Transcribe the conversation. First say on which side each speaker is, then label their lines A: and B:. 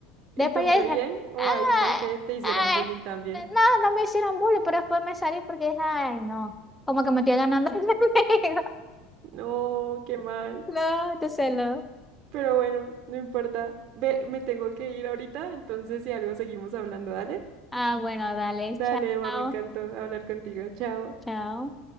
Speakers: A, on the right; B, in the centre.
A: ¿Y
B: después
A: te fue
B: ya dije,
A: bien? ¿O
B: ah,
A: ahí fue que te hicieron
B: ay,
A: bullying también?
B: eh, no, no me hicieron bullying, pero después me salí porque dije, ay, no, como que me estoy ganando. el <laughs> enemigo".
A: No, qué mal.
B: No, entonces lo.
A: Pero bueno, no importa. Ve, me tengo que ir ahorita, entonces si algo seguimos hablando, dale.
B: Ah, bueno, dale,
A: Dale, mamá,
B: chao,
A: me encantó hablar contigo. Chao.
B: chao.